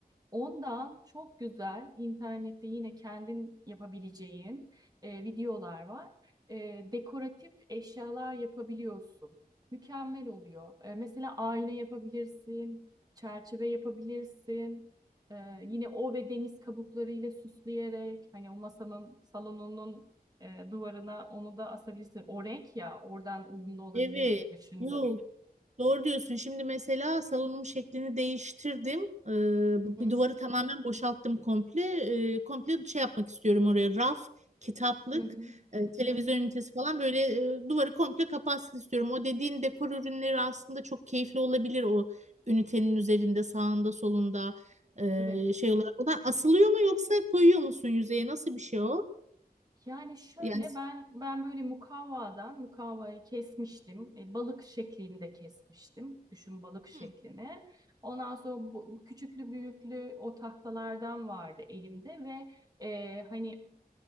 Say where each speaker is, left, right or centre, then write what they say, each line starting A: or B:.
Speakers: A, on the right; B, on the right.
A: Ondan çok güzel internette yine kendin yapabileceğin e, videolar var. E, dekoratif eşyalar yapabiliyorsun. Mükemmel oluyor. E, mesela ayna yapabilirsin, çerçeve yapabilirsin. E, yine o ve deniz kabuklarıyla süsleyerek hani o masanın, salonunun e, duvarına onu da asabilirsin. O renk ya oradan uyumlu olabilir
B: Evet.
A: diye düşündüm.
B: Yok Doğru diyorsun. Şimdi mesela salonum şeklini değiştirdim. Ee,
A: Hı
B: bu-
A: hı.
B: bir duvarı tamamen boşalttım komple. Ee, komple şey yapmak istiyorum oraya. Raf, kitaplık,
A: Hı hı.
B: e, televizyon
A: Hı hı.
B: ünitesi falan böyle e, duvarı komple kapatsın istiyorum. O dediğin dekor ürünleri aslında çok keyifli olabilir o ünitenin üzerinde, sağında, solunda e,
A: Evet.
B: şey olarak. O da asılıyor mu yoksa koyuyor musun yüzeye? Nasıl bir şey o?
A: Yani şöyle
B: Yani
A: ben ben böyle mukavvadan mukavvayı kesmiştim. E, balık şeklinde kesmiştim. Düşün balık şeklini.
B: Hı,
A: Ondan sonra bu, bu küçüklü büyüklü o tahtalardan vardı elimde ve e, hani